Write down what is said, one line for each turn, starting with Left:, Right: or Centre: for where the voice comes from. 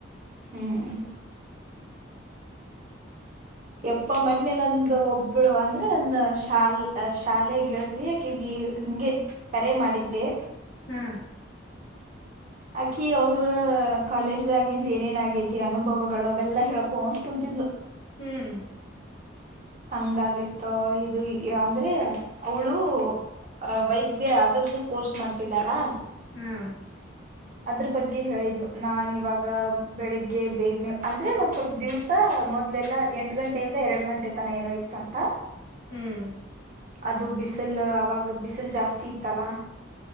Right: ಹ್ಮ್ ಎಪ್ಪ ಮನ್ನಿ ನಂದು ಒಬ್ಬಳು ಅಂದ್ರೆ ನನ್ನ ಶಾಲ್ ಶಾಲೆ ಗೆಳತಿ ಯಾಕೆಗಿ ಹಿಂಗೆ ಕರೆ ಮಾಡಿದ್ದೆ
Left: ಹಾ
Right: ಆಕಿ ಅವ್ರ ಕಾಲೇಜ್ದಾಗಿಂದ ಏನೇನ್ ಆಾಗೇತಿ ಅನುಭವಗಳು ಅವೆಲ್ಲಾ ಹೇಳ್ಕೊ ಅಂತ ಕುಂತಿದ್ಲು
Left: ಹ್ಮ್
Right: ಹಂಗಾಗಿತ್ತೋ ಇದು ಅಂದ್ರೆ ಅವಳು ಅ ವೈದ್ಯ ಅದರ್ದು ಕೋರ್ಸ್ ಮಾಡ್ತಿದ್ದಾಳಾ
Left: ಹ್ಮ
Right: ಅದ್ರ ಬಗ್ಗೆ ಹೇಳಿದ್ಲು ನಾನ್ ಇವಾಗ ಬೆಳಿಗ್ಗೆ ಬೇಗ್ನೆ ಅಂದ್ರೆ ಒಂದ್ ಸ್ವಲ್ಪ ದಿವ್ಸ ಮೊದ್ಲೆಲ್ಲ ಎಂಟು ಗಂಟೆಯಿಂದ ಎರಡ್ ಗಂಟೆ ತನ ಏನೋ ಇತ್ತಂಥ
Left: ಹ್ಮ್
Right: ಅದು ಬಿಸಿಲ್ ಅವಾಗ ಬಿಸಿಲ್ ಜಾಸ್ತಿ ಇತ್ತಲಾ